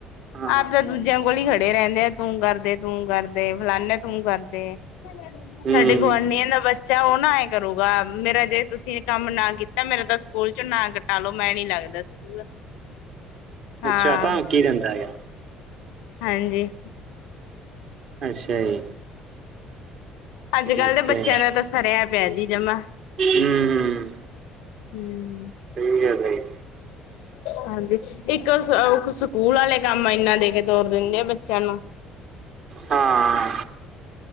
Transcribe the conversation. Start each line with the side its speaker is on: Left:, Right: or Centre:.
Right: ਹਾਂ
Left: ਆਪ ਤਾਂ ਦੂਜਿਆਂ ਕੋਲ ਹੀ ਖੜੇ ਰਹਿੰਦੇ ਆ ਤੂੰ ਕਰਦੇ ਤੂੰ ਕਰਦੇ ਫਲਾਨੇ ਤੂੰ ਕਰਦੇ।
Right: ਹਮ
Left: ਸਾਡੇ ਗੁਆਂਢੀਆਂ ਦਾ ਬੱਚਾ ਉਹ ਨਾ ਐਏਂ ਕਰੂਗਾ ਮੇਰਾ ਜੇ ਤੁਸੀਂ ਕੰਮ ਨਾ ਕੀਤਾ। ਮੇਰਾ ਤਾਂ ਸਕੂਲ ਚ ਨਾ ਕਟਾਲੋ ਮੈਂ ਨੀ ਲੱਗਦਾ ਸਕੂਲ। ਹਾਂ
Right: ਅੱਛਾ ਤਮਕੀ ਦਿੰਦਾ ਹੈ।
Left: ਹਾਂਜੀ
Right: ਅੱਛਾ ਜੀ,
Left: ਅੱਜ ਕੱਲ
Right: ਅੱਛਾ
Left: ਦੇ ਬੱਚਿਆਂ ਦਾ ਤਾਂ ਸਰਿਆ ਪਿਆ ਜ ਜਮਾ।
Right: ਹਮ ਹਮ
Left: ਹੂੰ।
Right: ਸਹੀ ਗੱਲ ਆ ਜੀ।
Left: ਹਾਂਜੀ ਇੱਕ ਸਕੂਲ ਵਾਲੇ ਕੰਮ ਇੰਨਾ ਦੇ ਕੇ ਤੋਰ ਦਿੰਦੇ ਆ ਬੱਚਿਆਂ ਨੂੰ।
Right: ਹਾਂ